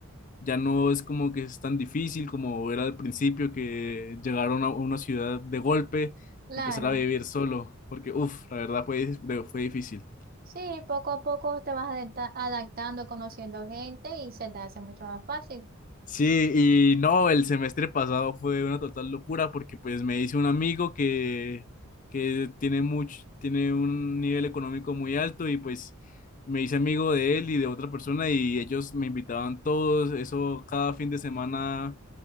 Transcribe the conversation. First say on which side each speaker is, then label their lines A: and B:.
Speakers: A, on the left; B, on the right.
A: ya no es como que es tan difícil como era al principio que llegaron a una ciudad de golpe,
B: Claro.
A: empezar a vivir solo, porque uff, la verdad fue, fue difícil.
B: Sí, poco a poco te vas adapta- adaptando, conociendo gente y se te hace mucho más fácil.
A: Sí, y no, el semestre pasado fue una total locura porque pues me hice un amigo que, que tiene mucho, tiene un nivel económico muy alto y pues me hice amigo de él y de otra persona y ellos me invitaban todos, eso cada fin de semana